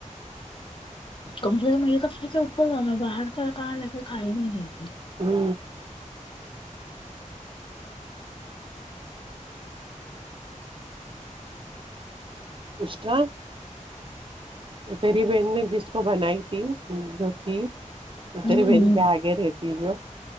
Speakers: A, on the left; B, on the right.
A: کم سے کم ایک کفرے سے اوپر والا میں باہر کا کہاں ل کے کھائی بھی نہیںئی تھی
B: ہی اسا تیری بہن نے جس کو بنائی تھی جو کی تیری
A: ہ
B: بہن کیا آگے رہتی جو